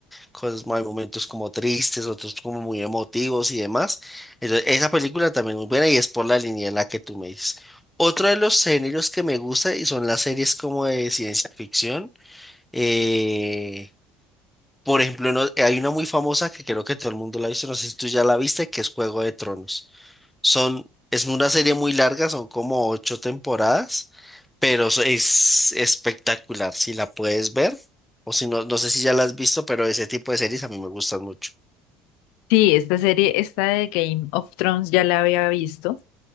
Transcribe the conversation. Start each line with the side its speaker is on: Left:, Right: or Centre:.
Centre: cosas, hay momentos como tristes, otros como muy emotivos y demás. Entonces, esa película también es muy buena y es por la línea en la que tú me dices. Otro de los géneros que me gusta y son las series como de ciencia ficción. eh, por ejemplo, no- eh, hay una muy famosa que creo que todo el mundo la ha visto, no sé si tú ya la viste, que es Juego de Tronos. Son, es una serie muy larga, son como ocho temporadas, pero so- es espectacular. Si la puedes ver, o si no, no sé si ya la has visto, pero ese tipo de series a mí me gustan mucho.
Left: Sí, esta serie, esta de Game of Thrones ya la había visto,